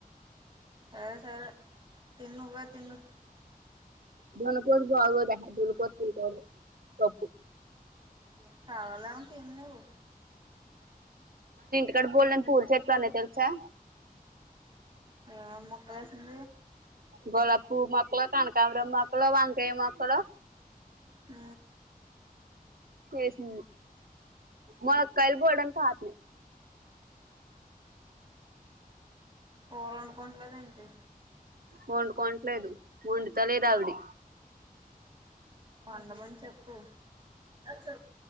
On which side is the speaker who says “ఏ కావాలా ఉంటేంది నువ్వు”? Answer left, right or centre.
Right